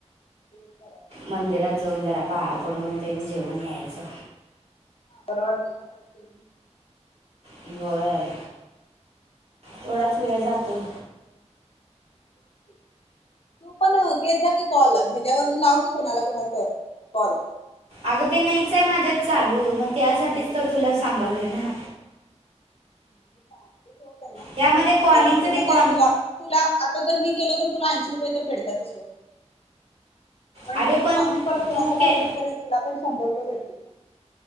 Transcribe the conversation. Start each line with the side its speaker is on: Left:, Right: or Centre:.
Left: राय <unintelligible>
Right: मंदिरात जाऊन जरा पाया पडून त्यांनी जेऊन यायचं.
Left: पाणवर्ती <unintelligible>
Right: बर थोडाच वेळ जातोय.
Left: होतं. तू पण घ्यायचा की कॉल ह्याच्यावरून लाव की कोणाला कोणाला तर कॉल.
Right: अगं ते नाहीच आहे माझ्यात चालू मग त्यासाठीच तर तुला सांगालोय ना.
Left: मी सांगते थोडत ना
Right: ह्यामध्ये कॉलिंगचं
Left: कारण की म्हणजे
Right: ते कॉन
Left: तुला. तुला आता जर मी केलं तर तुला ऐंशी रुपय तर भटताातच. पण
Right: अरे
Left: तू आणि परत कुणा
Right: तू
Left: तर
Right: के
Left: लावलीस तरी तुला पण शंभर रुपये भेटतील.